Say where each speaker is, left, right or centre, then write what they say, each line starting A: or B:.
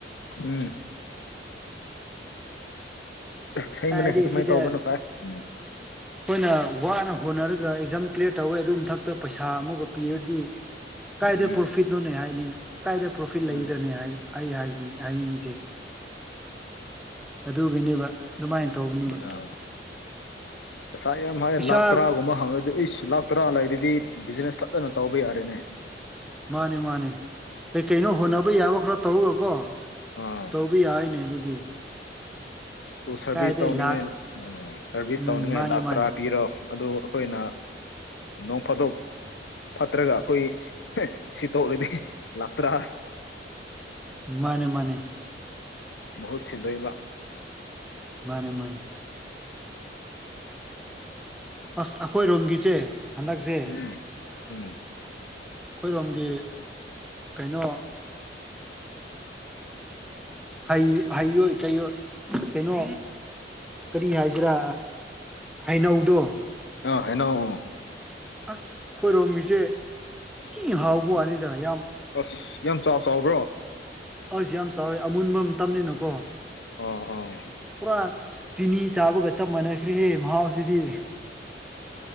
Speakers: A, on the left (about 80°); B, in the centre.
A: ꯎꯝ ꯏꯁꯩꯕꯅꯦ
B: ꯀꯥꯏꯗꯩ
A: ꯑꯗꯨꯃꯥꯏꯅ
B: ꯁꯤꯗ
A: ꯇꯧꯕꯅ ꯐꯥꯏ ꯎꯝ
B: ꯑꯩꯈꯣꯏꯅ ꯋꯥꯅ ꯍꯣꯠꯅꯔꯒ ꯑꯦꯛꯖꯥꯝ ꯀ꯭ꯂꯤꯌꯥꯔ ꯇꯧꯋꯦ ꯑꯗꯨ ꯃꯊꯛꯇ ꯄꯩꯁꯥ ꯑꯃꯒ ꯄꯤꯔꯗꯤ ꯀꯥꯏꯗ
A: ꯎꯝ
B: ꯄ꯭ꯔꯣꯐꯤꯠꯅꯣꯅꯦ ꯍꯥꯏꯅꯤ ꯀꯥꯏꯗ ꯄ꯭ꯔꯣꯐꯤꯠ
A: ꯎꯝ
B: ꯂꯩꯗꯅꯤ ꯍꯥꯏ ꯑꯩ ꯍꯥꯏꯁꯤ ꯍꯥꯏꯅꯤꯡꯉꯤꯁꯦ ꯑꯗꯨꯒꯤꯅꯦꯕ ꯑꯗꯨꯃꯥꯏꯅ ꯇꯧꯕꯅꯦꯕ
A: ꯑꯥ ꯄꯩꯁꯥ ꯌꯥꯝ ꯍꯥꯏꯔꯦ
B: ꯏꯁꯥ
A: ꯂꯥꯛ ꯇꯔꯥꯒꯨꯝꯕ ꯍꯪꯉꯗꯤ ꯑꯩꯁꯨ ꯂꯥꯛ ꯇꯔꯥ ꯂꯩꯔꯗꯤ ꯕꯤꯖꯤꯅꯦꯁ ꯐꯖꯅ ꯇꯧꯕ ꯌꯥꯔꯦꯅꯦ
B: ꯃꯥꯅꯤ ꯃꯥꯅꯦ ꯀꯩ ꯀꯩꯅꯣ ꯍꯣꯠꯅꯕ ꯌꯥꯕ ꯈꯔ ꯇꯧꯔꯒꯀꯣ
A: ꯑꯥ
B: ꯇꯧꯕꯤ ꯌꯥ ꯍꯥꯏꯅꯦ ꯑꯗꯨꯗꯤ
A: ꯑꯗꯨ ꯁꯔꯚꯤꯁ
B: ꯀꯥꯏꯗꯩ
A: ꯇꯧꯅꯤꯡꯉꯥꯏ
B: ꯂꯥꯛ
A: ꯎꯝ ꯁꯔꯚꯤꯁ
B: ꯎꯝ
A: ꯇꯧꯅꯤꯡꯉꯥꯏ
B: ꯃꯥꯅꯦ
A: ꯂꯥꯛ
B: ꯃꯥꯅꯦ
A: ꯇꯔꯥ ꯄꯤꯔꯣ ꯑꯗꯨ ꯑꯩꯈꯣꯏꯅ ꯅꯣꯡꯐꯥꯗꯣꯛ ꯐꯠꯇ꯭ꯔꯒ ꯑꯩꯈꯣꯏ ꯁꯤ ꯇꯧꯔꯗꯤ ꯂꯥꯛꯇ꯭ꯔꯥ
B: ꯃꯥꯅꯦ ꯃꯥꯅꯦ
A: ꯍꯨ ꯁꯤꯂꯣꯏꯕ
B: ꯃꯥꯅꯦ ꯃꯥꯅꯦ ꯑꯁ ꯑꯩꯈꯣꯏꯔꯣꯝꯒꯤꯁꯦ ꯍꯟꯗꯛꯁꯦ
A: ꯎꯝ ꯎꯝ
B: ꯑꯩꯈꯣꯏꯔꯣꯝꯒꯤ ꯀꯩꯅꯣ ꯍꯩꯣꯏ ꯀꯩꯣꯏ ꯀꯩꯅꯣ ꯀꯔꯤ ꯍꯥꯏꯁꯤꯔꯥ ꯍꯩꯅꯧꯗꯣ
A: ꯑ ꯍꯅꯣ ꯑ
B: ꯑꯁ ꯈꯣꯏꯔꯣꯝꯒꯤꯁꯦ ꯀꯤ ꯍꯥꯎꯕ ꯋꯥꯅꯤꯗ ꯌꯥꯝ
A: ꯑꯁ ꯌꯥꯝ ꯆꯥꯎ ꯆꯥꯎꯕ꯭ꯔꯣ
B: ꯑꯩꯁꯨ ꯌꯥꯝ ꯆꯥꯎꯋꯦ ꯑꯃꯨꯟꯕ ꯑꯃ ꯇꯝꯅꯤꯅꯀꯣ
A: ꯑꯥ ꯑꯥ ꯎꯝ
B: ꯄꯨꯔꯥ ꯆꯤꯅꯤ ꯆꯥꯕꯒ ꯆꯞ ꯃꯥꯟꯅꯈ꯭ꯔꯦꯍꯦ ꯃꯍꯥꯎꯁꯤꯗꯤ